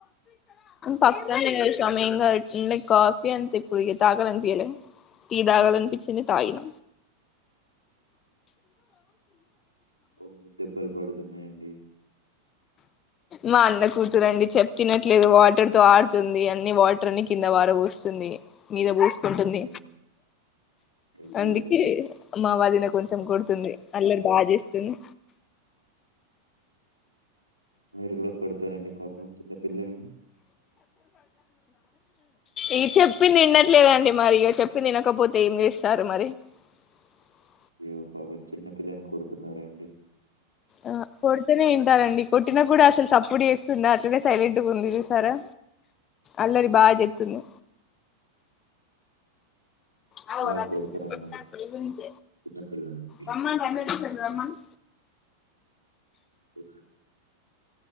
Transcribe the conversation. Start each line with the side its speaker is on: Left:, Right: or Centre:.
Left: పక్కనేా మయిై కాఫీ అంత కుడిగా తాకల అనిపించలే త తీ తాకల అనిపిించించ తాయిిన
Right: ఓ దెబ్బలు పడుతున్నాయండి
Left: మా అన్న కూతురండి చెప్ తినట్లేదు వాటర్ తో ఆడుతుంది అన్ని వాటర్ని కింద పరబోస్తుంది మీద పోూసుకుంటుంది
Right: అయ్యో! అయ్యో!
Left: అందుకే మా వాదిన కొంచెం కొడుతుంది అల్లరు బాగా చేస్తుంది
Right: మీరు కూడా కోడతారండి పాపం చిన్న పిల్లల్ని
Left: ఇ చెప్పింది విినట్లేదండి మరి ఇక చెప్పింది తినకపోతే ఏం చేస్తారు మరి <unintelligible>
Right: అయ్యో పాప చిన్నపినికి కొడుతున్నారండి
Left: ఆ కొడుతేనే ఇంటారండి కొట్టిన కూడా అసలు సపోర్ట్ చేస్త అట్లనే సైలెంట్ ఉంది సారా అల్లరి బా చేస్తుంది అద
Right: బాగా కొడతారనమాట
Left: పడి గుంచ
Right: చిన్న పిల్లల్ని మీరు.
Left: రమ్మన్ రండిస అమ్మన్
Right: ఓ